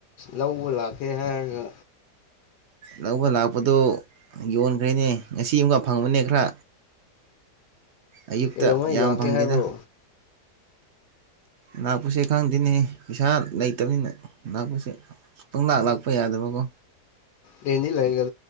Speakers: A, on the left (about 75°); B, on the right (about 65°).
A: ꯂꯧꯕ ꯂꯥꯛꯀꯦ ꯍꯥꯏꯔꯒ
B: ꯂꯧꯕ ꯂꯥꯛꯄꯗꯨ ꯌꯣꯟꯈ꯭ꯔꯦꯅꯦ ꯉꯁꯤ ꯑꯃꯒ ꯐꯪꯕꯅꯦ ꯈꯔ ꯑꯌꯨꯛꯇ
A: ꯀꯩꯗꯧꯉꯩ
B: ꯌꯥꯝ
A: ꯂꯥꯛꯀꯦ
B: ꯐꯪꯗꯦꯗ
A: ꯍꯥꯏꯕ꯭ꯔꯣ
B: ꯂꯥꯛꯄꯨꯁꯦ ꯈꯪꯗꯦꯅꯦ ꯄꯩꯁꯥ ꯂꯩꯇꯕꯅꯤꯅ ꯂꯥꯛꯄꯨꯁꯦ ꯄꯨꯡꯗꯥꯛ ꯂꯥꯛꯄ ꯌꯥꯗꯕꯀꯣ
A: ꯂꯩꯅꯤ ꯂꯩꯒ